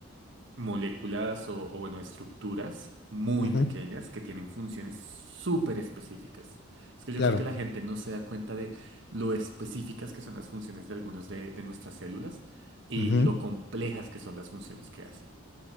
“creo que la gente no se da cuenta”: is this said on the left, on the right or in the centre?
Right